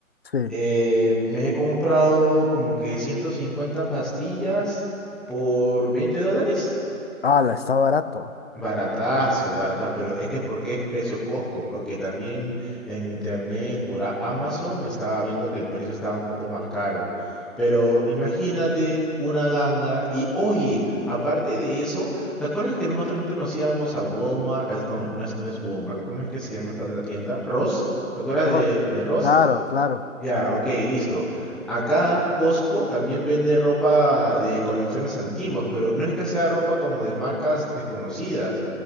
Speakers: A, on the left; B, in the centre.
A: Sí.
B: Eh, me he comprado como que 150 pastillas por 20 dólares.
A: Ah, la está barato.
B: Baratazo, barata, pero es que porque es precio Costco, porque también en internet por a- Amazon estaba viendo que el precio estaba un poco más caro. Pero imagínate una ganga y oye, aparte de eso, ¿te acuerdas que nosotros antes nos íbamos a Walmart? Es- No, no es, no es Walmart, ¿cómo es que se llama esta otra tienda? Ross, ¿te acuerdas
A: Rock.
B: de, de Ross?
A: Claro, claro.
B: Ya, ok, listo. Acá Costco también vende ropa de colecciones antiguas, pero no es que sea ropa como de marcas desconocidas.